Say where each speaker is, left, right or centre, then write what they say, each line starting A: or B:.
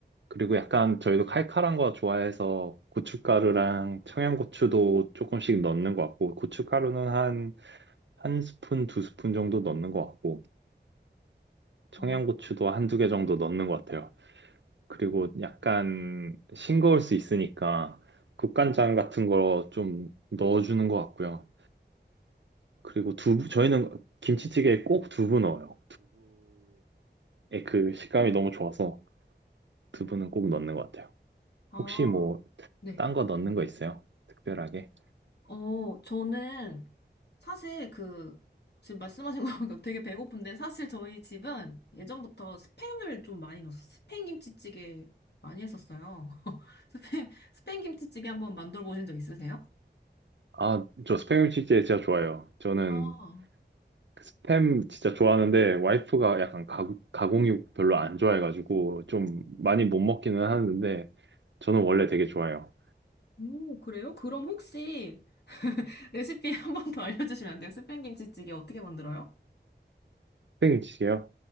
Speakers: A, on the right; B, on the left.
A: 그리고 약간 저희도 칼칼한 거 좋아해서 고춧가루랑 청양고추도 조금씩 넣는 것 같고 고춧가루는 한 한 스푼 두 스푼 정도 넣는 것 같고 청양고추도
B: 음.
A: 한 두 개 정도 넣는 것 같아요. 그리고 약간 싱거울 수 있으니까 국간장 같은 거 좀 넣어주는 것 같고요. 그리고 두부 저희는 김치찌개에 꼭 두부 넣어요. 예, 그 식감이 너무 좋아서 두부는 꼭 넣는 것 같아요.
B: 아,
A: 혹시 뭐,
B: 네.
A: 딴 거 넣는 거 있어요? 특별하게?
B: 어, 저는 사실 그, 지금 말씀하신 거 보니까 되게 배고픈데, 사실 저희 집은 예전부터 스팸을 좀 많이 넣었어요. 스팸 김치찌개 많이 했었어요. <laughs> 스팸, 스팸 김치찌개 한번 만들어 보신 적 있으세요?
A: 아, 저 스팸 치즈 진짜 좋아요. 저는
B: 아,
A: 그 스팸 진짜 좋아하는데, 와이프가 약간 가, 가공육 별로 안 좋아해가지고, 좀 많이 못 먹기는 하는데, 저는 원래 되게 좋아요.
B: 오, 그래요? 그럼 혹시 <laughs> 레시피 한번 더 알려주시면 안 돼요? 스팸 김치찌개 어떻게 만들어요?
A: 스팸김치찌개요?